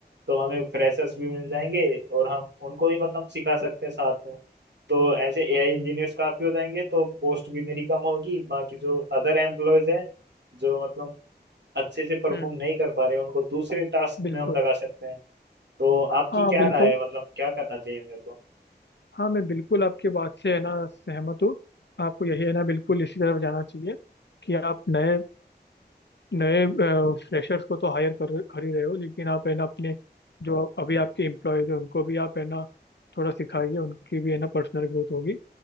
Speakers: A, on the right; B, on the left.
A: तो हमें फ्रेशर्स भी मिल जाएंगे और हम उनको भी मतलब सिखा सकते हैं साथ में तो ऐसे एआई इंजीनियर्स काफी हो जाएंगे तो कॉस्ट भी मेरी कम होगी बाकी जो अदर एम्प्लॉयज हैं जो मतलब अच्छे से परफॉर्म
B: हम्म
A: नहीं कर पा रहे उनको दूसरे टास्क
B: बिल्कुल
A: में हम लगा सकते हैं तो आपकी
B: हाँ
A: क्या
B: बिल्कुल
A: राय है मतलब क्या करना चाहिए मेरे को
B: हाँ मैं बिल्कुल आपके बात से है ना सहमत हूँ आपको यही है ना बिल्कुल इसी तरफ जाना चाहिए कि आप नए नए फ्रेशर्स को तो हायर कर कर ही रहे हो लेकिन आप है ना अपने जो अभी आपके एम्प्लॉयज हैं उनको भी आप है ना थोड़ा सिखाइए उनकी भी है ना पर्सनल ग्रोथ होगी